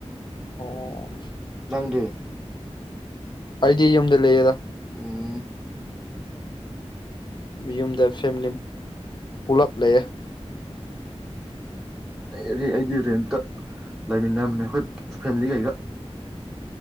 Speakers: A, on the left (about 45°); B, in the centre.
A: ꯑꯣ
B: ꯅꯪꯗꯦ
A: ꯑꯥꯏꯗꯤꯦꯝꯗ ꯂꯩ
B: ꯎꯝ
A: ꯌꯨꯝꯗ ꯐꯦꯃꯤꯂꯤ ꯄꯨꯂꯞ ꯂꯩꯑꯦ
B: ꯎꯝꯦꯗꯤꯔꯦꯇ ꯂꯩꯃꯤꯟꯅꯕꯅꯦ ꯑꯩꯈꯣꯏ ꯐꯦꯃꯤꯂꯤ ꯀꯩꯒ